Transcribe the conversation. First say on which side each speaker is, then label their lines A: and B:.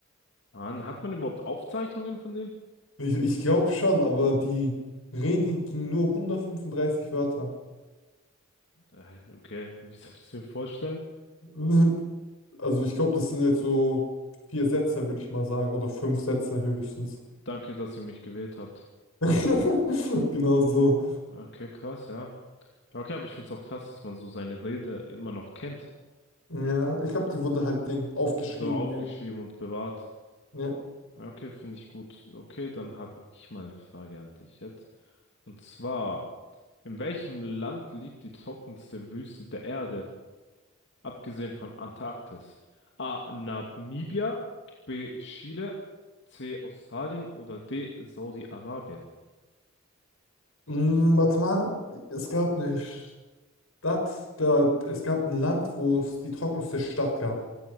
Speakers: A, on the left; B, on the left.
A: Mann, hat man überhaupt Aufzeichnungen von dem?
B: Ich, ich glaube schon, aber die Rede ging nur 135 Wörter.
A: Äh, Okay, wie soll ich es mir vorstellen?
B: <laughs> Also ich glaube, das sind jetzt so vier Sätze, würde ich mal sagen, oder fünf Sätze höchstens.
A: Danke, dass ihr mich gewählt habt.
B: <laughs> Genau so.
A: Okay, krass, ja. Ja, Okay, aber ich find's auch krass, dass man so seine Rede immer noch kennt.
B: Ja, ich glaube, die wurde halt Ding aufgeschrieben.
A: So Mhm. aufgeschrieben
B: mit-
A: und bewahrt.
B: Ja.
A: Ja, Okay, finde ich gut. Okay, dann habe ich mal eine Frage an dich jetzt. Und zwar, in welchem Land liegt die trockenste Wüste der Erde? Abgesehen von Antarktis. A. Namibia. B. Chile. C. Australien oder D. Saudi-Arabien.
B: Mm, warte mal, es gab nicht. Das, da, es gab ein Land, wo es die trockenste Stadt gab.